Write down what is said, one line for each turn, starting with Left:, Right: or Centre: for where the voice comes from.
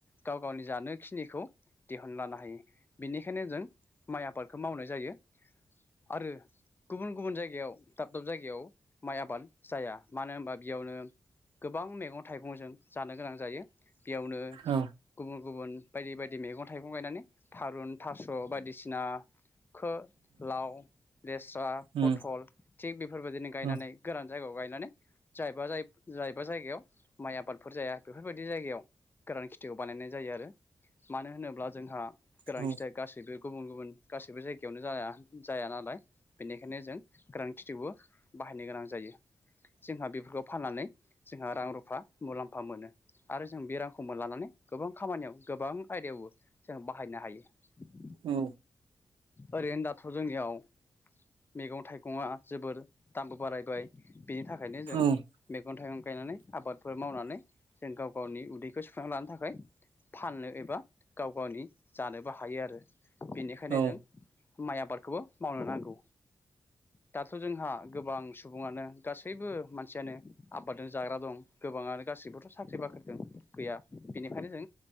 Left: गाव गावनि जानोखिनिखौ दिहुनना लानो हायो बेनिखायनो जों माइ आबादखौ मावनाय जायो। आरो गुबुन गुबुन जायगायाव दाब दाब जायगायाव। माइ आबाद जाया मानो होनबा बेयावनो गोबां मैगं थाइगंजों जानो गोनां जायो। बेयावनो
Right: औ
Left: गुबुन गुबुन बायदि बायदि मैगं थाइगं गायनानै थारुन थास' बायदिसिना खो लाव लेस्रा
Right: उम
Left: फथल थिग बेफोरबायदिनो गायनानै
Right: औ
Left: गोरान जायगायाव गायनानै जायबा जाय जायबा जायगायाव माइ आबादफोर जाया बेफोरबायदि जायगायाव गोरान खे थिखौ बानायनाय जायो आरो मानो होनोब्ला जोंहा गोरान
Right: औ
Left: खिथिया गासैबो गुबुन गुबुन गासैबो जायगायावनो जाया जाया नालाय बेनिखायनो जों गोरान खिथिबो बाहायनो गोनां जायो जोंहा बेफोरखौ फाननानै जोंहा रां रुफा मुलाम्फा मोनो आरो जों बे रांखौ मोनलानानै। गोबां खामानियाव गोबां आयदायावबो जों बाहायनो हायो।
Right: औ।
Left: ओरैनो दाथ' जोंनियाव मैगं थाइगङा जोबोर दामबो बारायबाय बिनि थाखायनो जों
Right: उम औ
Left: मैगं थाइगं गायनानै आबादफोर मावनानै जों गाव गावनि उदैखौ सुफांना लानो थाखा खाय फाननो एबा गाव गावनि जानोबो हायो आरो बेनिखायनो
Right: औ औ
Left: जों माइ आबादखौबो मावनो नांगौ दाथ' जोंहा गोबां सुबुङानो गासैबो मानसियानो आबादजों जाग्रा दं गोबाङानो गासैबोथ' साख्रि बाख्रिजों गैया। बेनिखायनो जों